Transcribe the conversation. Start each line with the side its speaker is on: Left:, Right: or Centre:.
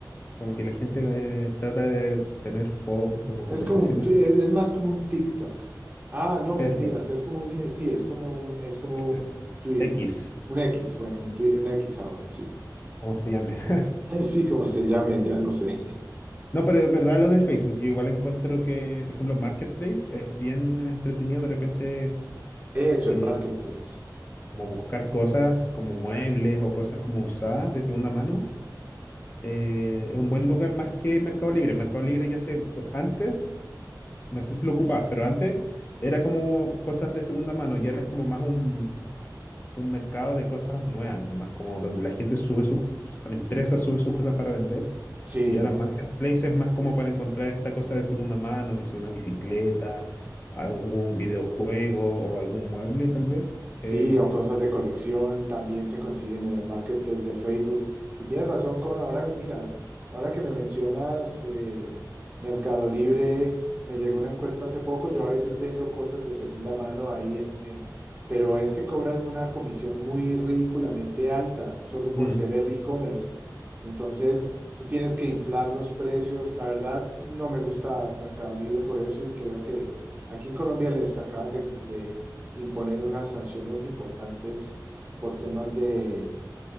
Left: como que la gente eh, trata de tener fo- como conversaciones
Right: es como un, tu- es es más como un TikTok. Ah, no, mentiras,
Left: Este,
Right: es como un, eh, sí, es como un, es como
Left: este,
Right: un Twitter,
Left: X,
Right: un X, bueno, un, Twi- un X ahora, sí.
Left: como se llame. <laughs>
Right: <laughs> Sí, como se llame, ya no sé.
Left: No, pero es verdad lo de Facebook. Yo igual encuentro que, por ejemplo, Marketplace es bien entretenido de repente
Right: Eso,
Left: eh,
Right: el marketplace.
Left: como buscar cosas como muebles o cosas como usadas de segunda mano. eh, es un buen lugar más que Mercado Libre. Mercado Libre ya se, por- antes, no sé si lo ocupabas, pero antes era como cosas de segunda mano y ahora es como más un, un mercado de cosas nuevas, nomás como donde la gente sube sus, la empresa sube sus cosas para vender.
Right: Sí,
Left: Y ahora Marketplace es más como para encontrar esta cosa de segunda mano, no sé, una bicicleta, algún videojuego o algún mueble tal vez.
Right: Sí,
Left: Eh,
Right: o cosas de colección también se consiguen en el marketplace de Facebook. Y tienes razón con ahora, mira, ahora que me mencionas eh, Mercado Libre, me llegó una encuesta hace poco, yo a veces vendo cosas de segunda mano ahí en, en- pero es que cobran una comisión muy ridículamente alta, solo por
Left: mm,
Right: ser el e-commerce. Entonces, tú tienes que inflar los precios. La verdad, no me gusta Mercado Libre por eso y creo que aquí en Colombia les acaban de imponer unas sanciones importantes por temas de,